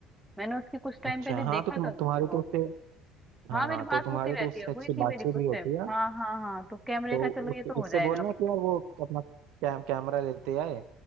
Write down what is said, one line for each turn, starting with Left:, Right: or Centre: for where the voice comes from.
Centre: मैंने उसकी कुछ टाइम
Right: अच्छा
Centre: पहले
Right: हाँ
Centre: देखा
Right: तो तुम
Centre: था उसको
Right: तुम्हारी तो उससे
Centre: हाँ
Right: हाँ
Centre: मेरी बात
Right: तो तुम्हारी
Centre: होती रहती
Right: तो उससे
Centre: है
Right: अच्छी
Centre: हुई थी
Right: बातचीत
Centre: मेरी कुछ
Right: भी होती
Centre: टाइम
Right: है
Centre: हाँ हाँ हाँ तो कैमरे
Right: तो
Centre: का चलो
Right: उस,
Centre: ये तो
Right: उससे
Centre: हो जाएगा
Right: बोलना
Centre: अपना
Right: कि यार वो अपना कैम कैमरा लेते आए